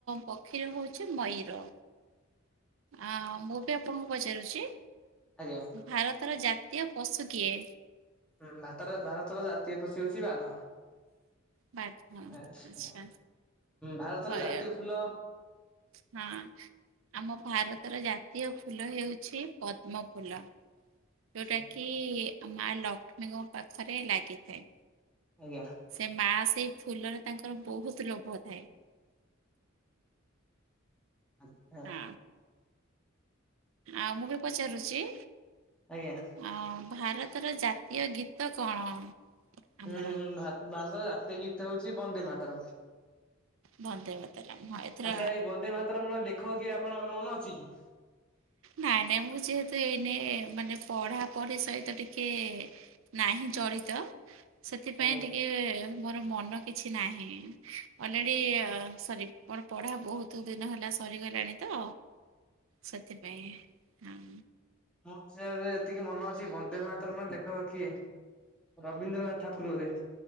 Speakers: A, on the right; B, in the centre.
A: ପକ୍ଷୀର ହଉଛି ମୟୂର। ଆଁ ମୁଁ ବି ଆପଣଙ୍କୁ ପଚାରୁଛି।
B: ଆଜ୍ଞା।
A: ଭାରତର ଜାତୀୟ ପଶୁ କିଏ?
B: ହୁଁ ଭାରତର ଭାରତର ଜାତୀୟ ପଶୁ ହଉଛି ବାଘ।
A: ବାଘ ଆଚ୍ଛା
B: ଆଛା ଭାରତର
A: ହୟ
B: ଜାତୀୟ ଫୁଲ
A: ହଁ। ଆମ ଭାରତର ଜାତୀୟ ଫୁଲ ହେଉଛି ପଦ୍ମ ଫୁଲ।
B: ଆଚ୍ଛା
A: ଯଉଟା କିି ମା ଲକ୍ଷ୍ମୀଙ୍କ ପାଖରେ ଲାଗିଥାଏ।
B: ଆଜ୍ଞା।
A: ସେ ମା ସେଇ ଫୁଲରେ ତାଙ୍କର ବହୁତ ଲୋଭ ଥାଏ।
B: ଆଚ୍ଛା।
A: ହଁ ଆଉ ମୁଁ ବି ପଚାରୁଛି।
B: ଆଜ୍ଞା।
A: ହଁ ଭାରତର ଜାତୀୟ ଗୀତ କଣ? ଆମର
B: ହୁଁ ଭାର ଭାରତ ଜାତୀୟ ଗୀତ ହଉଛି ବନ୍ଦେ ମାତାରମ୍
A: ବନ୍ଦେ ମାତରମ୍ ହଁ ଏଥର
B: ଆଚ୍ଛା ଏଇ ବନ୍ଦେ ମାତାରମ୍ ର ଲେଖ ଲେଖକ କିଏ ଆପଣଙ୍କର ମନେ ଅଛି କି?
A: ନାଇଁ ନାଇଁ ମୁଁ ଯେହେତୁ ଏଇନେ ମାନେ ପଢାପଢି ସହିତ ଟିକେ ନାହିଁ ଜଡିତ। ସେଥିପାଇଁ
B: ଆଜ୍ଞା।
A: ଟିକେ ମୋର ମନ କିଛି ନାହିଁ। ଅଲରେଡି ସରି ମର ପଢା ବହୁତ ଦୁ ଦିନ ହେଲା ସରିଗଲାଣି ତ।
B: ହ
A: ସେଥିପାଇଁ ହୁଁ।
B: ମୁଁ ସେ ଏତିକି ମନ ଅଛି। ବନ୍ଦେ ମାତରମ୍ ର ଲେଖକ କିଏ? ରବୀନ୍ଦ୍ରନାଥ ଠାକୁର୍ ବୋଧେ।